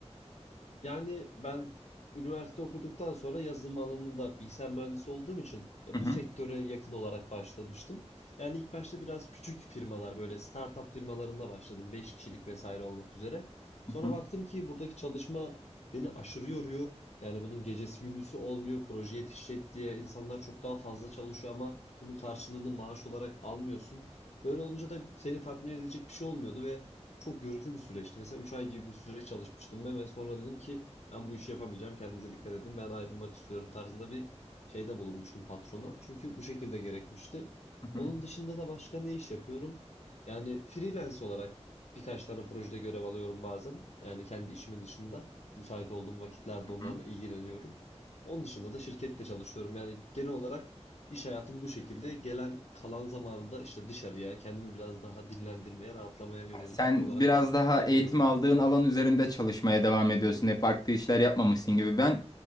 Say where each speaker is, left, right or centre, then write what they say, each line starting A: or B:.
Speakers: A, on the left; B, on the left.
A: Yani ben üniversite okuduktan sonra yazılım alanında bilgisayar mühendisi olduğum için ya
B: Hı
A: bu
B: hı,
A: sektöre yakın olarak başlamıştım. Yani ilk başta biraz küçük firmalar böyle startup firmalarında başladım. beş kişilik vesaire olmak üzere. Sonra
B: hı hı,
A: baktım ki buradaki çalışma beni aşırı yoruyor. Yani bunun gecesi gündüzü olmuyor. Proje yetişecek diye insanlar çok daha fazla çalışıyor ama bunun karşılığını maaş olarak almıyorsun. Böyle olunca da seni tatmin edecek bir şey olmuyordu ve çok yorucu bir süreçti. Mesela 3 ay gibi bir süre çalışmıştım ben ve sonra dedim ki ben bu işi yapamayacağım. Kendinize dikkat edin. Ben ayrılmak istiyorum tarzında bir şeyde bulunmuştum patrona. Çünkü bu şekilde gerekmişti.
B: hı
A: Onun
B: hı,
A: dışında da başka ne iş yapıyorum? Yani freelance olarak birkaç tane projede görev alıyorum bazen. Yani kendi işimin dışında müsait olduğum vakitlerde
B: hı
A: onlarla
B: hı.
A: ilgileniyorum. Onun dışında da şirkette çalışıyorum. Yani genel olarak İş hayatım bu şekilde. Gelen kalan zamanı da işte dışarıya, kendimi biraz daha dinlendirmeye, rahatlamaya yönelik
B: Sen
A: olarak
B: biraz daha
A: yapıyorum.
B: eğitim aldığın alan üzerinde çalışmaya devam ediyorsun. Hep farklı işler yapmamışsın gibi. Ben